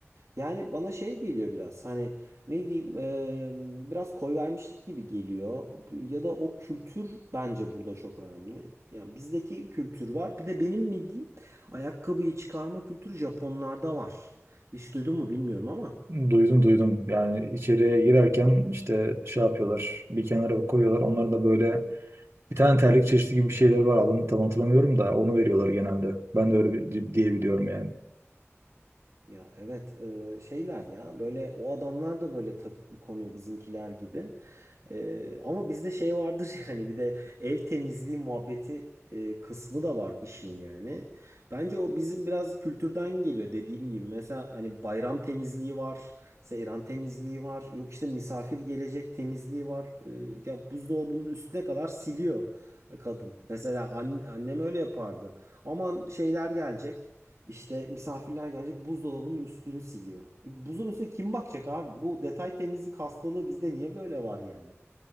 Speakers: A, on the right (about 80°); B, on the right (about 65°).
A: Yani bana şey geliyor biraz hani ne diyeyim eee, biraz koy vermişlik gibi geliyor ya da o kültür bence burada çok önemli. Yani bizdeki kültür var bir de benim mi diyeyim ayakkabıyı çıkarma kültürü Japonlarda var. Hiç duydun mu bilmiyorum ama.
B: Duydum duydum. Yani içeriye girerken işte şey yapıyorlar. Bir kenara koyuyorlar. Onların da böyle Bir tane terlik çeşidi gibi bir şeyler var. Adını tam hatırlamıyorum da onu veriyorlar genelde. Ben de öyle bir- diye biliyorum yani.
A: Ya evet eee, şeyler ya böyle o adamlar da böyle takık bu konuyu bizimkiler gibi. Eee, ama bizde şey vardır <laughs> yani bir de ev temizliği muhabbeti e, kısmı da var işin yani. Bence o bizim biraz kültürden geliyor dediğim gibi. Mesela hani bayram temizliği var, seyran temizliği var, yok işte misafir gelecek temizliği var. E, ya buzdolabının üstüne kadar siliyor kadın. Mesela an- annem öyle yapardı. Aman şeyler gelecek. İşte misafirler gelecek buzdolabının üstünü siliyor. Buzun üstüne kim bakacak abi? Bu detay temizlik hastalığı bizde niye böyle var yani?